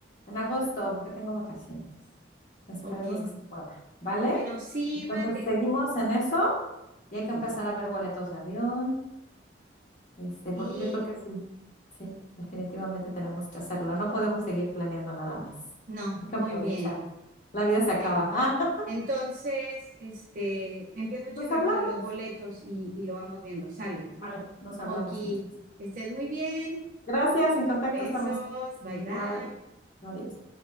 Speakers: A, on the left; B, on the right.
A: En agosto, porque tengo vacaciones. Esperemos
B: Ok.
A: que se pueda, ¿vale?
B: Bueno, sí,
A: Entonces,
B: vale.
A: seguimos en eso y hay que
B: Sí.
A: empezar a ver boletos de avión. Este, porque
B: Sí,
A: yo creo que sí, sí, definitivamente tenemos que hacerlo. No podemos seguir planeando nada más.
B: no,
A: Hay que
B: muy
A: aprovechar.
B: bien.
A: La vida se acaba.
B: Bueno,
A: <laughs>
B: entonces, este, empiezo
A: Ah,
B: a checar
A: nos hablamos.
B: lo de los boletos y, y lo vamos viendo. Sale.
A: Vale, nos hablamos
B: Ok, que
A: entonces.
B: estés muy bien.
A: <laughs> Gracias, en contacto
B: Besos.
A: estamos.
B: Bye
A: Igual,
B: bye.
A: adiós.